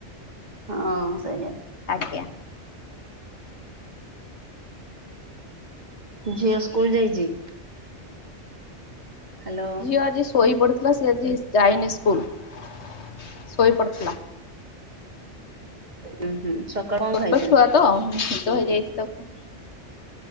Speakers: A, on the right; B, on the left.
A: ହଁ ସେଇଆ।
B: ଆଜ୍ଞା।
A: ଝିଅ ସ୍କୁଲ ଯାଇଛି ହ୍ୟାଲୋ
B: ଝିଅ ଆଜି ଶୋଇ ପଡ଼ିଥିଲା ସିଏ ଆଜି ଯାଇନି ସ୍କୁଲ ଶୋଇ ପଡ଼ିଥିଲା।
A: ହୁଁ ହୁଁ ସକାଳୁ କଣ
B: ଛୋଟ
A: ଖାଇଛନ୍ତି?
B: ଛୁଆ ତ ନିଦ ହେଇଯାଇଛି ତାକୁ